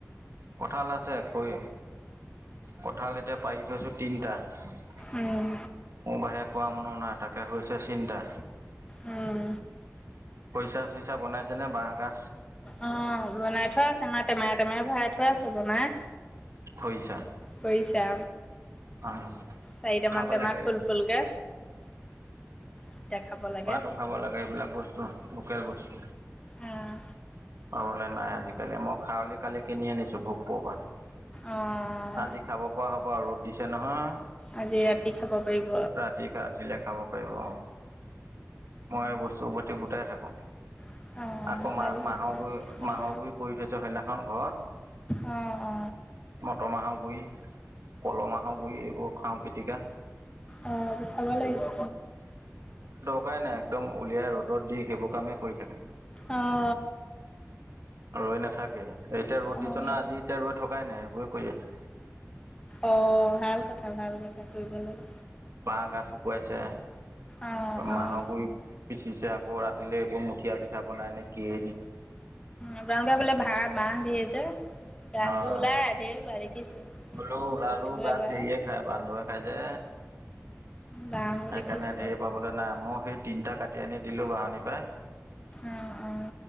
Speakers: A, on the right (about 65°); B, on the left (about 15°).
A: কঠাল আছে কৈ। কঁঠাল, এতিয়া পাৰি থৈছোঁ তিনিটা। মোৰ
B: উম
A: বাহিৰে কোৱা মানু্হ নাই তাকে হৈছে চিন্তা
B: উম।
A: পইচা চইচা বনাইছে নে বাঁহগাজ।
B: অ বনাই থোৱা আছে মা টেমাই টেমাই ভৰাই থোৱা আছে বনাই
A: খৰিচা
B: কৈইছা।
A: অ'
B: চাৰিটামান
A: খাব
B: টমাত
A: লাগে
B: ফুল ফুলকে। এতিয়া খাব লাগে।
A: খোৱাতো খাব লাগে, এইবিলাক বস্তু লোকেল বস্তু।
B: অঁ
A: অলে নাই আজিকালি মই খাৱলি কালি কিনি আনিছো ভোকপুৰৰ পৰা।
B: অঁ
A: আজি খাব পৰা হ'ব আৰু ৰ'দ দিছে নহয়।
B: আজি ৰাতি খাব পাৰিব।
A: ৰাতি কাটিলে খাব পাৰিব আৰু- মই বস্তুৰ প্ৰতি গোটাই থাকো।
B: হয়।
A: আকৌ মাহ মাহৰ গু
B: অঁ
A: মাহৰ গুৰি কৰি থৈছে। সদিনাখন ঘৰ
B: অঁ অঁ
A: মটৰ মাহৰ গুৰি। কল, মাহৰ গুৰি এইবোৰ খাওঁ পিটিকা।
B: অ, খাব লাগে ভাল।
A: উপাই নাই। একদম উলিয়াই ৰ'দত দি সেইবোৰ কামেই কৰি থাকে।
B: অঁ
A: ৰ ন। নাথাকে এতিয়া ৰ'দ
B: অঁ
A: দিছ না আজি। এতিয়া ৰৈ থকাই নাই এইবোৰে কৰি আছে।
B: অ, ভাল কথা। ভাল কথা কৰিব লাগে।
A: বাঁহ গাজ শুকুৱাইছে।
B: অঁ অঁ
A: মাহৰ গুৰি পিচিছে, আকৌ ৰাতিলে এইবোৰ মুঠিয়া পিঠা বনাই নে কিয়ে নে?
B: আপোনালোকে বোলে ভ বাহ ধে যে গাজবোৰ
A: হয়
B: ওলায়, ধেৰ ওলাই দেখিছো।
A: হলেও ওলালেও
B: দেখিছিলোঁ
A: গাজ
B: এবাৰ
A: সেৰিয়ে খায় বান্দৰে খাই যে।
B: বাঁহবোৰ
A: সেইকাৰণে
B: দেখিছোঁ
A: ধেই পাবলৈ নাই। মই সেই তিনটা কাটি আনি দিলো বাহনিৰ পাই।
B: অঁ অঁ